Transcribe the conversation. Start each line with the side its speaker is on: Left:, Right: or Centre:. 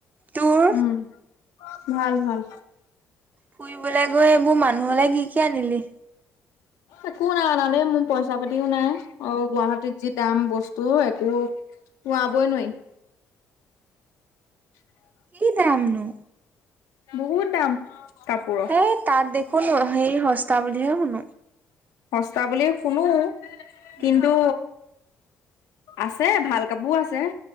Right: তোৰ
Left: উম ভাল ভাল
Right: ফুৰিবলৈ গৈ এইবোৰ মানুহলে কি কি আনিলি।
Left: একো নাই অনা দেই মোৰ পইচা পাতিও নাই অ গুৱাহাটীত যি দাম বস্তু একো খোৱাবই নোৱাই। <unintelligible>
Right: কি দাম নো?
Left: বহুত দাম কাপোৰৰ
Right: সেই তাত দেখোন সেৰি সস্তা বুলিহে শুনো
Left: সস্তা বুলিয়ে শুনো
Right: উম,
Left: কিন্তু আছে ভাল কাপোৰ আছে